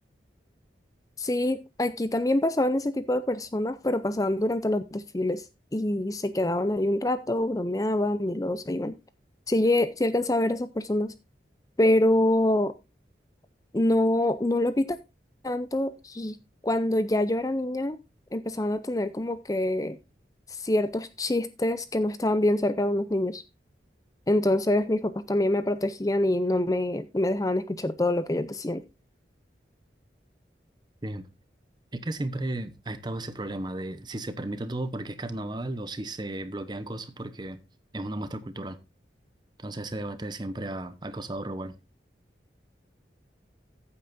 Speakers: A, on the left; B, on the right.
A: Sí, aquí también pasaban ese tipo de personas, pero pasaban durante los desfiles y se quedaban ahí un rato, bromeaban y luego se iban. Sí, lle- sí alcanzaba a ver a esas personas, pero no, no lo vi ta- tanto y cuando ya yo era niña empezaban a tener como que ciertos chistes que no estaban bien cerca de unos niños. Entonces mis papás también me protegían y no me, no me dejaban escuchar todo lo que ellos decían.
B: Sí. Es que siempre ha estado ese problema de si se permite todo porque es carnaval o si se bloquean cosas porque es una muestra cultural. Entonces ese debate siempre ha, ha causado revuelo.